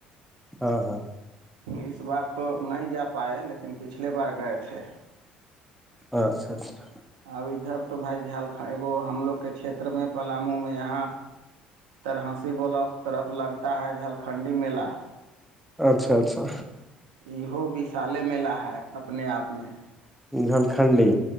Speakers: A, in the centre; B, on the right (about 65°).
A: ہاں ہاں
B: اس بار تو نہیں جا پائے لیکن پچھلے بار گئے تھے
A: اچھا اچھا
B: اب ادھر تو بھائی جھلن ایگ ہم لوگ کے چھیر میں پلامو میں یہاں ترہنسی بلاک طرف لگتا ہے جھلکھنڈی میلہ
A: اچھا اچھا
B: یہ وشالے میلہ ہے اپنے آپ میں
A: جھلکھنڈی